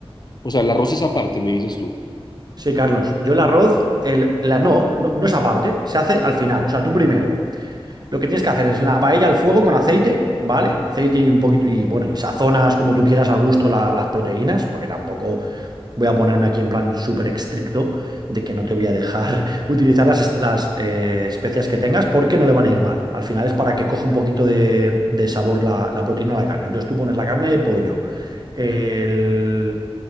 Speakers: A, on the left (about 45°); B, on the right (about 45°).
A: O sea, el arroz es aparte, me dices tú.
B: Sí, Carlos. Yo el arroz,
A: No.
B: el, la, no, no, no es aparte, se hace al final. O sea, tú primero. Lo que tienes que hacer es en la paella al fuego con aceite, ¿vale? Aceite y un poquito, y bueno, y sazonas como tú quieras al gusto la- las proteínas, porque tampoco Voy a ponerme aquí en plan súper estricto de que no te voy a dejar <laughs> utilizar las, es- las eh, especias que tengas porque no le van a ir mal. Al final es para que coja un poquito de, de sabor la, la proteína a la carne. Entonces tú pones la carne de pollo el,